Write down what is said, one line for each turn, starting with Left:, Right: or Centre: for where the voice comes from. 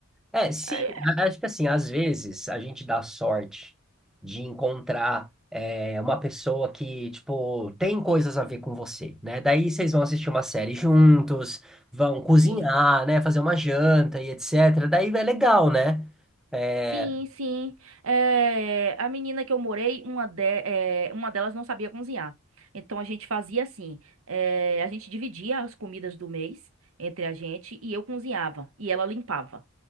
Centre: É, se,
Right: Aí,
Centre: a- acho que assim, às vezes a gente dá sorte de encontrar é, uma pessoa que, tipo, tem coisas a ver com você, né? Daí vocês vão assistir uma série juntos, vão cozinhar,
Right: Sim,
Centre: né? Fazer uma janta e etc. Daí é legal, né? É...
Right: sim, sim. Eh, a menina que eu morei, uma, de, eh, uma delas não sabia cozinhar. Então a gente fazia assim: eh, a gente dividia as comidas do mês entre a gente e eu cozinhava e ela limpava.